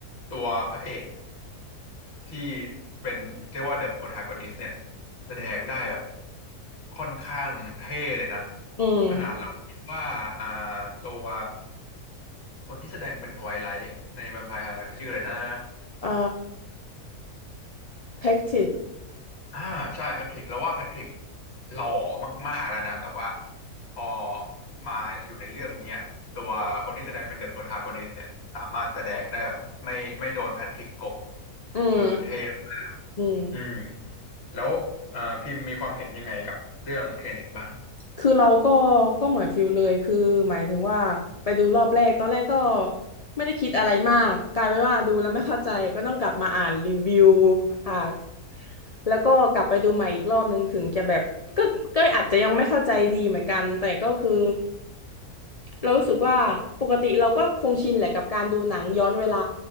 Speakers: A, on the left; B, on the left.
A: ตัวพระเอก ที่เป็นเรียกว่าเดอะโ o ร a ากอนิส t เนี่ยแสดงได้แบบค่อนข้างเท่เลยนะ
B: อืม
A: ขนาดเราคิดว่าอ่าตัวคนที่แสดงเป็นทไวไลท์ในแวมไพร์ไฮไลท์เขาชื่ออะไรนะ
B: เอ่อ Practice
A: อ่าใช่แพทริกเราว่าแพทริกหล่อมากๆแล้วนะแต่ว่าพอมาอยู่ในเรื่องเนี้ยตัวคนที่แสดงเป็นเดอะโ o ร a ากอนิส t เนี่ยสามารถแสดงได้แบบไม่ไม่โดนแพทริกกลบ
B: อืม
A: คือเท่มาก
B: อืม
A: อืม แล้วอ่าพิมพ์มีความเห็นยังไงกับเรื่องเทเน็ตบ้าง
B: คือเราก็ก็เหมือนฟิลเลยคือหมายถึงว่าไปดูรอบแรกตอนแรกก็ไม่ได้คิดอะไรมากกลายเป็นว่าดูแล้วไม่เข้าใจก็ต้องกลับมาอ่านรีวิวอ่านแล้วก็กลับไปดูใหม่อีกรอบนึงถึงจะแบบก็ก็อาจจะยังไม่เข้าใจดีเหมือนกันแต่ก็คือเรารู้สึกว่าปกติเราก็คงชินแหละกับการดูหนังย้อนเวลา